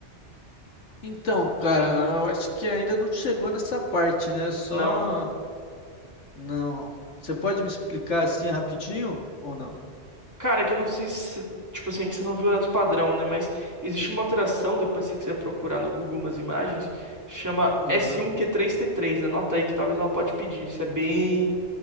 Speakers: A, on the left; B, on the right.
A: Então, cara, eu acho que ainda não chegou nessa parte, né? Só.
B: Não?
A: Não. Você pode me explicar assim rapidinho ou não?
B: Cara, que eu não sei se. Tipo assim, é que você não viu o Eletro Padrão, né? Mas existe uma alteração, depois se você quiser procurar no Google umas imagens, chama
A: Aham.
B: S1Q3T3. Anota aí que talvez ela pode pedir. Isso é bem.